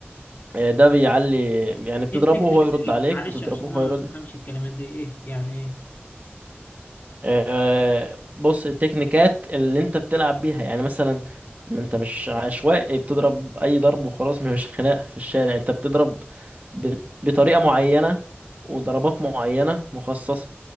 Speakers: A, on the right (about 40°); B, on the left (about 45°).
A: ده بيعلي يعني بتضربه
B: ايه التكنيكس
A: وهو يرد
B: دي
A: عليك
B: معلش
A: وتضربه
B: عشان
A: وهو
B: انا
A: يرد
B: ما بفهمش الكلمات دي ايه يعني ايه
A: آه، بص التكنيكات اللي انت بتلعب بيها يعني مثلا ما انت مش عشوائي بتضرب اي ضرب وخلاص مش خناق في الشارع انت بتضرب ب- بطريقة معينة وضربات معينة مخصصة